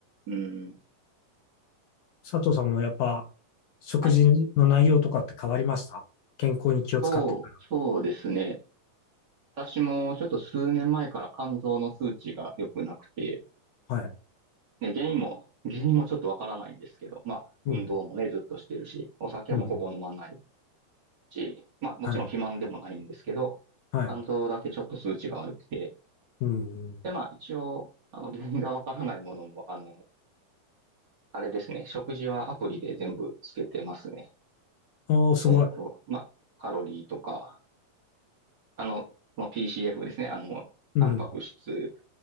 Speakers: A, on the right; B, on the left.
A: うん。
B: 佐藤さんもやっぱ食事の内容とかって変わりました健康に気を使ってか
A: はい。そう、そうですね。私もちょっと数年前から肝臓の数値が良くなくて、
B: ら。はい。
A: ね、原因も、<laughs> 原因もちょっとわからないんですけど、まあ、
B: うん。
A: 運動もね、ずっとしてるし、お酒もほぼ飲まない
B: うん。
A: し、まあ、もちろん肥満でもないんですけど、
B: はい。はい。
A: 肝臓だけちょっと数値が悪くて、
B: うん。
A: で、まあ一応、あの、原因がわからないものの、あの、あれですね、食事はアプリで全部つけてますね。
B: おー、すごい。
A: えっと、まあ、カロリーとか、あの、の PCF ですね、あの、
B: うん。
A: タンパク質、